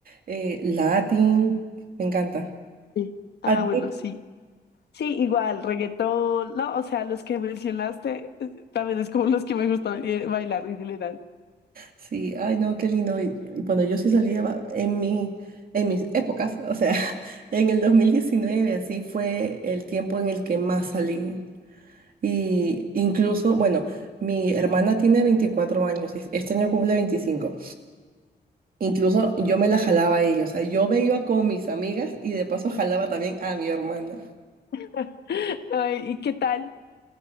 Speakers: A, on the right; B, on the left.
A: eh, latín, me encanta.
B: Sí. Ah,
A: ¿A ti?
B: bueno, sí. Sí, igual, reggaetón, no, o sea, los que mencionaste eh, también es como los que me gustan eh, bailar en general.
A: Sí, ay no, qué lindo. Y- y bueno, yo sí salía ba- en mi, en mis épocas, o sea, <laughs> en el 2019 así fue el tiempo en el que más salí. Y incluso, bueno, mi hermana tiene 24 años, es- este año cumple 25. Incluso yo me la jalaba a ella, o sea, yo me iba con mis amigas y de paso jalaba también a mi hermana.
B: <laughs> Ay, ¿y qué tal?